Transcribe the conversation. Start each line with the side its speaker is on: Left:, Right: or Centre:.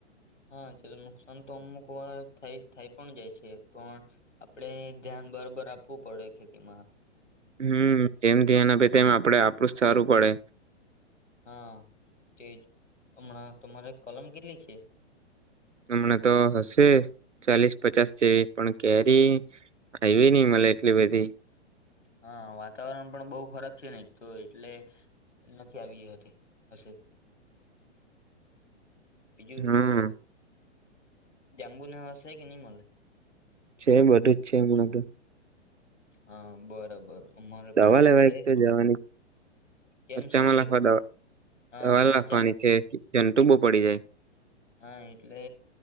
Left: હા જે નુકસાન તો અમુક વાર થઈ થઈ પણ જાય છે પણ આપણે ધ્યાન બરાબર આપવું પડે ખેતીમાં.
Right: હમ્મ જેમ ધ્યાન આપે તેમ આપણે આપણું સારું પડે.
Left: હા, તેજ હમણાં તમારે કલમ કેટલી છે?
Right: હમણાં તો હશે ચાલીસ પચાસ જેવી પણ કેરી આયવી નઈ મલે એટલી બધી
Left: હા વાતાવરણ પણ બહુ ખરાબ છે ને એક તો એટલે નથી આવી હતી હશે પીજું
Right: હા
Left: તો જામ બુ નાશે કેનીમલે
Right: છે બધું જ છે હમણાં તો
Left: હા બરાબર અમારે
Right: દવા
Left: પણ
Right: લેવા
Left: છે
Right: એક તો
Left: થોડું
Right: જવાની
Left: ઘણું કેમ
Right: ખર્ચામાં
Left: શું થયું
Right: લખવા દવા
Left: હા
Right: દવા
Left: મરચામાં
Right: લખવાની છે જટુ બહ પડી જાય
Left: હા એટલે